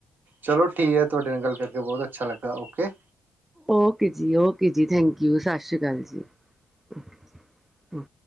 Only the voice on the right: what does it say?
ਚਲੋ ਠੀਕ ਹੈ ਤੁਹਾਡੇ ਨਾਲ ਗੱਲ ਕਰਕੇ ਬਹੁਤ ਅੱਛਾ ਲੱਗਾ, ਓਕੇ।